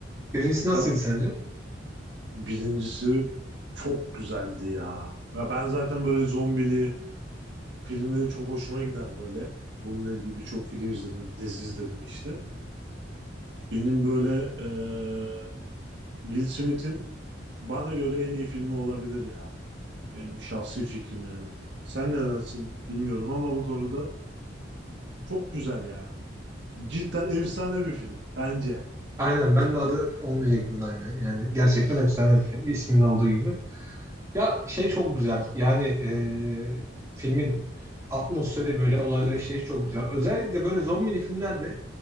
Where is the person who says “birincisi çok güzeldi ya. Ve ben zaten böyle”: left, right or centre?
Right